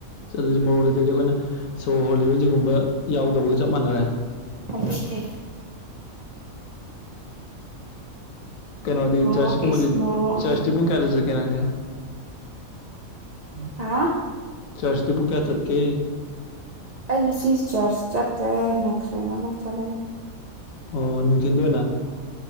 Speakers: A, on the left; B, on the right.
A: ꯆꯠꯂꯗꯤ ꯃꯣꯛ ꯂꯩꯇ꯭ꯔꯗꯤ ꯑꯩꯈꯣꯏꯅ ꯁꯣ ꯍꯣꯜꯂꯤꯕ ꯒꯨꯝꯕ ꯌꯥꯎꯗꯕꯒ ꯆꯞ ꯃꯥꯟꯅꯔꯦ
B: ꯑꯅꯦ
A: ꯀꯩꯅꯣꯗꯤ
B: ꯃꯣꯔꯣꯛ
A: ꯆꯔꯆꯀꯨꯝꯕꯗꯤ
B: ꯏꯁ ꯃꯣꯔꯣꯛꯅꯤ
A: ꯆꯔꯆꯇꯤ ꯄꯨꯡ ꯀꯌꯥꯗ ꯆꯠꯀꯦ ꯅꯪꯗꯤ
B: ꯍꯥꯥ
A: ꯆꯔꯁꯇ ꯄꯨꯡ ꯀꯦ ꯆꯠ ꯀꯦ
B: ꯑꯩ ꯉꯁꯤ ꯆꯔꯆ ꯆꯠꯇ꯭ꯔꯦ ꯅꯦꯛꯁ ꯋꯤꯡ ꯑꯃꯨꯛ ꯆꯠꯂꯅꯤ
A: ꯑꯣ ꯅꯨꯡꯊꯤꯟꯗ ꯑꯣꯏꯅ